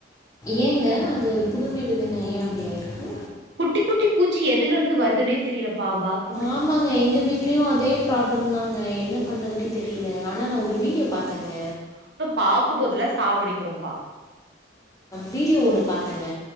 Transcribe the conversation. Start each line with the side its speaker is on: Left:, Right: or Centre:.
Left: ஏங்க அது புது வீடு தான ஏன் அப்டி ஆயிருக்கு
Right: குட்டி குட்டி பூச்சி எதுல இருந்து வருதுன்னே தெரியல பா பாத்
Left: ஆமாங்க எங்க வீட்லயும் அதே ப்ராப்ளம்ந்தாங்க என்ன பண்றதுனே தெரியல ஆனா நான் ஒரு வீடியோ பாத்தேங்க
Right: பாக்கும் போதுலா சாவடிக்கிறோ பா
Left: வீடியோ ஒன்னு பாத்தேங்க